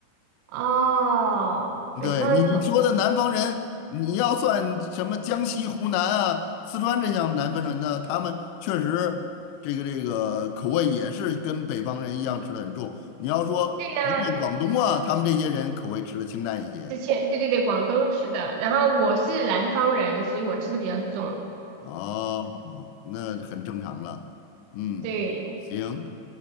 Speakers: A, on the right; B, on the left.
A: 哦，北方人口，
B: 对你你说的南方人，你要算什么江西、湖南啊、四川这样南方人呢？他们确实这个这个口味也是跟北方人一样吃的很重。你要说福建、
A: 对呀、
B: 广东啊，他们这些人口味吃的清淡一些。
A: 之前对对对，广东是的，然后我是南方人，所以我吃的比较重，
B: 哦，那很正常了。嗯，
A: <laughs> 对。
B: 行，